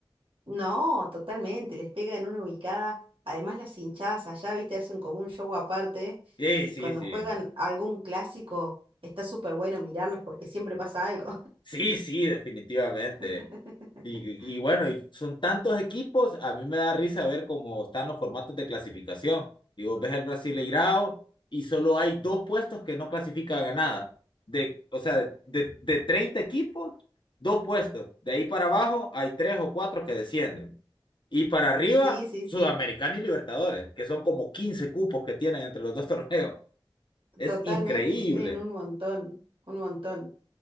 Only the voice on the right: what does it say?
No, totalmente, les pega en una ubicada. Además, las hinchadas allá, viste, hacen como un show aparte.
Y
cuando
juegan algún clásico, está súper bueno mirarlos porque siempre pasa algo.
<laughs>
Sí, sí,
sí,
totalmente,
tienen un montón, un montón,